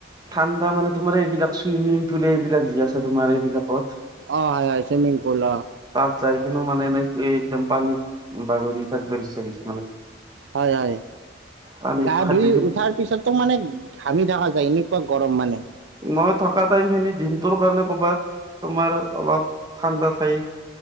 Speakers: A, on the right; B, on the right.
A: ঠাণ্ডা মানে তোমাৰ এইবিলাক চুইমিং পুল এইবিলাক যি আছে তোমাৰ এইবিলাকত
B: আহ হয় চুইমিং পূল।
A: তাত যাই কিনো মানে এনে একদম পানীত বাগৰি থাকবা ইচ্ছা গিছে মানে।
B: হয় হয়
A: পানীত
B: গা
A: সাঁতুৰি
B: ধুই
A: থাকি
B: উঠাৰ পিছতো মানে ঘামি থকা এনেকুৱা গৰম মানে।
A: মই থকা টাইম খিনি দিনটোৰ কাৰণে কৰ'বাত তোমাৰ অলপ ঠাণ্ডা ঠাই